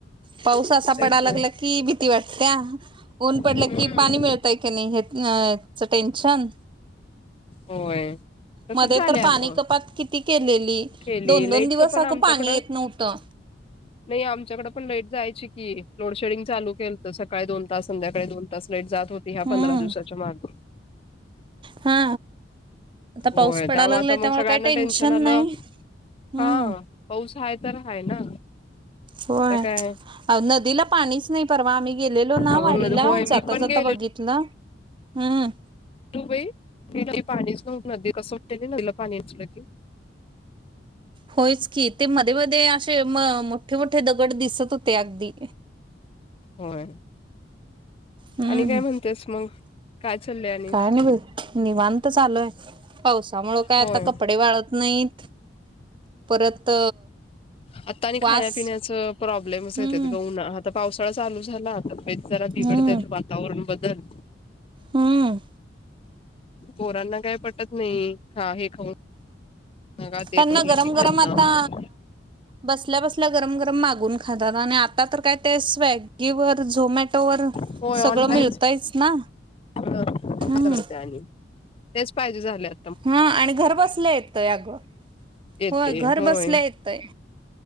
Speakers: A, on the right; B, on the left.
A: पाऊस असा
B: तेच
A: पडा लागला
B: ना
A: ती भीती वाटत्या ऊन पडल्या
B: हम्म
A: की पाणी मिळतय की नाही हे न चा टेन्शन
B: होय. तसच
A: मध्ये
B: झालंय
A: तर पाणी
B: अगं
A: कपात किती केलेली
B: केली
A: दोन-दोन
B: लाईटच
A: दिवस
B: पण
A: अगं
B: आमच्याकडं
A: पाणी येत नव्हतं.
B: नाही आमच्याकडे पण लाइट जायची की लोड शेडिंग चालू केलता सकाळी दोन तास संध्याकाळी दोन तास लाईट जात होती ह्या
A: हम्म
B: पंधरा दिवसाच्या मागं.
A: हा आता
B: होय
A: पाऊस पडायला
B: त्यामुळे
A: लागलाय
B: आता मग सगळ्यांना
A: काही
B: टेन्शन आलं.
A: नाही. हम्म
B: हा पाऊस आहे तर हाय ना.
A: होय
B: आता काय
A: नदीला पाणीचं नाही परवा आम्ही गेलेलो ना
B: अगं
A: वाडीला
B: होय
A: जाता
B: मी पण
A: जाता
B: गेलेलो
A: बघित तला हम्म.
B: तु बाई <unintelligible> पाणीच नव्ह नदी कसं उटते नदीला पाणी असलं की.
A: होयच की ते मध्ये-मध्ये अशे म मोठे-मोठे दगड दिसत होते अगदी.
B: होय
A: हम्म
B: आणि काय म्हणतेस मग? काय चाललंय आणि
A: काय नाही बर निवांत चालूय. पावसामुळं काय
B: होय
A: आता कपडे वाळत नाहीत परत
B: आता आणि खाण्यापिण्याचा
A: वास
B: प्रॉब्लेमस
A: हम्म
B: येत्यात ग उन्हा आता पावसाळा चालू झाला तब्येत जरा बिघडत्यात
A: हम्म
B: वातावरण बदल
A: हम्म.
B: पोरांना काय पटत नाही हा हे खाऊन <unintelligible>
A: त्यांना
B: एक उरलं
A: गरम
B: की खात
A: गरम आता
B: <unintelligible>
A: बसल्या बसल्या गरम गरम मागून खातात. आणि आता तर काय ते स्वॅगीवर झोमॅटोवर,
B: होय
A: सगळं
B: ऑनलाईन
A: मिळतयच ना
B: <inaudible>
A: हम्म
B: आणि तेच पाहिजे झाल्यात.
A: हा आणि घर बसल्या येतय अगं
B: येते
A: होय घर
B: होय
A: बसल्या येतय.